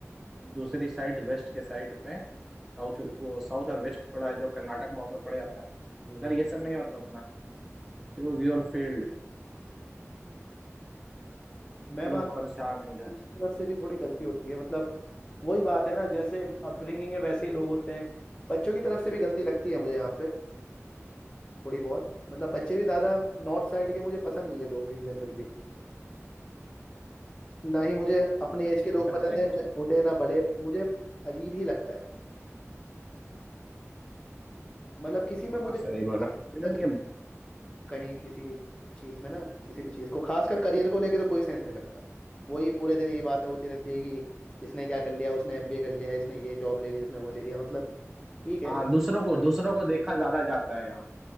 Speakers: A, in the centre; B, on the left.
A: दूसरी साइड वेस्ट के साइड पे साउथ
B: हम्म,
A: वो साउथ और वेस्ट थोड़ा है जो कर्नाटक बॉम्ब में पड़ जाता है
B: हम्म,
A: उधर ये सब नहीं होता अपना चूज योर फील्ड
B: मैं मान
A: लोग परेशान है इधर
B: तरफ से भी थोड़ी गलती होती है मतलब वही बात है ना जैसे अपब्रिंगिंग है वैसे ही लोग होते हैं बच्चों की तरफ से भी गलती लगती है मुझे यहाँ पे थोड़ी बहुत मतलब बच्चे भी ज्यादा नॉर्थ साइड के मुझे पसंद नहीं है लोग इन जनरल भी ना ही मुझे अपने
A: बच्चे
B: एज के लोग पसंद
A: कुछ
B: है ना छोटे ना बड़े मुझे अजीब ही लगता है मतलब किसी में मुझे
A: हाँ सही
B: कोई इतना
A: बोला
B: पसंद
A: इधर
B: नहीं।
A: के
B: कहीं किसी चीज में ना किसी भी चीज को खासकर करियर को लेकर तो कोई सेंस नहीं लगता वही पूरे दिन ये बातें होती रहती है कि इसने क्या कर लिया उसने एमबीए कर लिया इसने ये जॉब ले ली उसने वो ले लिया मतलब ठीक है
A: हाँ दूसरों को दूसरों को देखा ज्यादा जाता है यहाँ